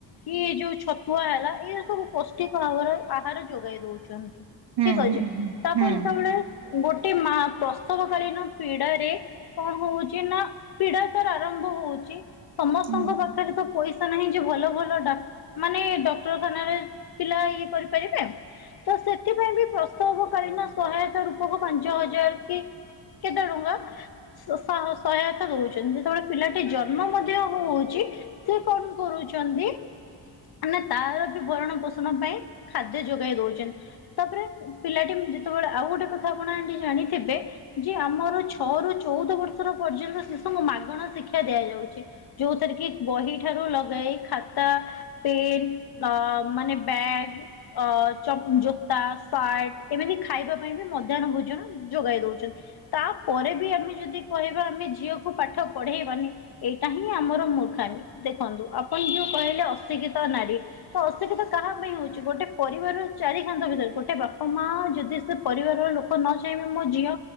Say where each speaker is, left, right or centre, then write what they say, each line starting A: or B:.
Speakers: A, on the left; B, on the right.
A: କି ଯୋଉ ଛତୁଆ ହେଲା ଏଇ ସବୁ ପୌଷ୍ଟିକ ଭାବର ଆହାର ଯୋଗେଇ ଦଉଛନ୍ତି। ଠିକ
B: ହୁଁ
A: ଅଛି
B: ହୁଁ
A: ତାପରେ
B: ହୁଁ
A: ଯେତେବେଳେ ଗୋଟେ ମା ପ୍ରସବ କାଳୀନ ପୀଡାରେ କଣ ହଉଛି ନା ପୀଡା ତାର ଆରମ୍ଭ ହଉଛି ସମସ୍ତଙ୍କ
B: ହୁଁ
A: ପା ପଇସା ନାହିଁ ଯେ ଭଲ ଭଲ ଡା ମାନେ ଡକ୍ଟରଖାନାରେ ପିଲା ଇଏ କରିପାରିବେ। ତ ସେଥିପାଇଁ ବି ପ୍ରସବ କଳୀନ ସହାୟତା ରୂପ ଫଗୁ ପାଞ୍ଚ ହଜାର କି କେତେ ଟଙ୍କା ସ ଶାହ ସହାୟତା ଦଉ ଯେତେବେଳେ ପିଲାଟି ଜନ୍ମ ମଧ୍ୟ ହଉଛି ସେ କଣ କରୁଛନ୍ତି। ନା ତାର ବି ଭରଣ ପୋଷଣ ପାଇଁ ଖାଦ୍ୟ ଯୋଗାଇ ଦଉଛ ତାପରେ ପିଲାଟି ଯେତେବେଳେ ଆଉ ଗୋଟେ କଥା ଆପଣ ଆ ଜାଣିଥିବେ। ଯେ ଆମର ଛଅ ରୁ ଚଉଦ ବର୍ଷର ପର୍ଯ୍ୟନ୍ତ ଶିଶୁଙ୍କୁ ମାଗଣା ଶିକ୍ଷା ଦିଆଯାଉଛି। ଯୋଉଥିରେ କି ବହି ଠାରୁ ଲଗେଇ ଖାତା ପେନ୍ ତ ମାନେ ବ୍ୟାଗ ଅ ଚ ଜୋତା ସାର୍ଟ ଏମିତି ଖାଇବା ପାଇଁ ବି ମ ମଧ୍ୟନ ଭୋଜନ ଯୋଗାଇ ଦଉଛନ୍ତି ତାପରେ ବି ଆମେ ଯଦି କହିବା ଆମେ ଝିଅକୁ ପାଠ ପଢେଇବାନି ଏଇଟା ହିଁ ଆମର ମୂର୍ଖାମୀ। ଦେଖନ୍ତୁ ଆପଣ ଯୋଉ କହିଲେ ଅଶିକ୍ଷିତ ନାରୀ। ତ ଅଶିକ୍ଷିତ କାହା ପାଇଁ ହଉଛି ଗୋଟେ ପରିବାର ଚାରି କାନ୍ତ ଭିତରେ ଗୋଟେ ବାପା ମା ଯଦି ସେ ପରିବାରର ଲୋକ ନ ଚାହିଁବେ ମୋ ଝିଅ